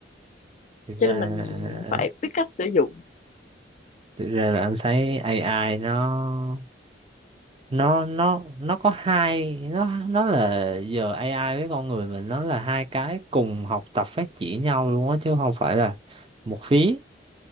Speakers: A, on the right; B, on the left.
A: thực
B: cho
A: ra
B: nên
A: à,
B: mình phải
A: à, à,
B: biết cách sử dụng
A: thực ra là anh thấy AI nó nó nó nó có hai nó nó là giờ AI với con người mình nó là hai cái cùng học tập phát triển nhau luôn á chứ không phải là một phía